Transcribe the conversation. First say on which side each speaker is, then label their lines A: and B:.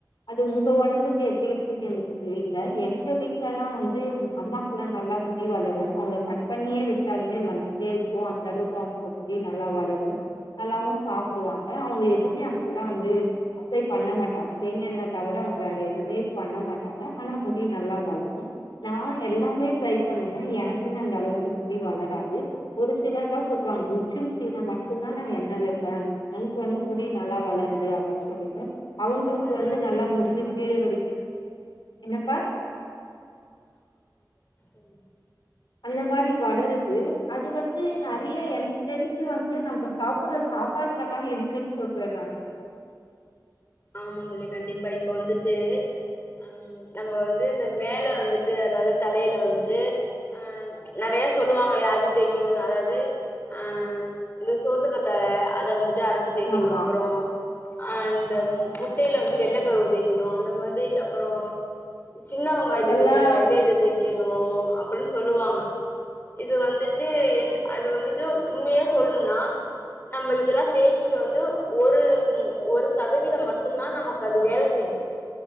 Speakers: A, on the left; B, on the left.
A: அது உங்க ஒடம்புக்கு எப்டி இருக்குன் எனக்கு தெரியல எங்க வீட்லல்லா வந்து அம்மாக்குல்லா நல்லா முடி வளரு அவங்க கட் பண்ணியே விட்டாலுமே வந்துட்டே இருக்கு அந்த அளவு அவங்க முடி நல்லா வளரு நல்லாவும் சாப்புடுவாங்க அவங்க எதுமே ஆக்சுலா வந்து அப்ளை பண்ண மாட்டாங்க தேங்கா எண்ணத் தவுர அவங்க வேற எதுமே பண்ண மாட்டாங்க ஆனா முடியு நல்லா வளரு நா எல்லாமே ட்ரை பண்ணுவே எனக்குமே அந்த அளவுக் முடி வளராது ஒரு சிலர்லா சொல்லுவாங் உட்சி முடில மட்டுந்தா நா எண்ண வெப்பே எனக்கு வந்து முடி நல்லா வளருது அப்டின் சொல்லிட்டு அவங்களுக்கு
B: அது
A: வந்து
B: வந்துட்டு
A: நல்லா
B: தோழி
A: முதுகு கீழ வரைக்கு என்னப்பா
B: உம்
A: அந்த மாரி வளருது அது வந்து நெறைய எனக்கு தெரிஞ்சு வந்து நம்ம சாப்புர சாப்பாட்லதா இருக்குன் சொல்ற நானு
B: ஆமாந்தொழி கண்டிப்பா இப்ப வந்துட்டு அம் நம்ம வந்து இந்த மேல வந்துட்டு அதாவது தலையில வந்துட்டு அஹ் நெறையா சொல்லுவாங்களே அது தேக்கிறோ அதாவது அஹ் இந்த சோத்துக்கத்தால அத வந்துட் அரச்சு தேக்கணு
A: ஆமா
B: அப்றோ அன் தெம் முட்டையில வந்து வெள்ளக்கருவ தேக்கணு அந்த மாதி அப்பறோ சின்ன வெங்காயத்த
A: அதெல்லா
B: தேக்கணு வெந்தயத்தை தேக்கணூ அப்டின் சொல்லுவாங்க இது வந்துட்டு என் அது வந்துட்டு உண்மைய சொல்ணுன்னா நம்ம இதெல்லா தேய்க்குது வந்து ஒரு ஒரு சதவீதம் மட் டுந்தா நமக்கு அது வேல செய்யு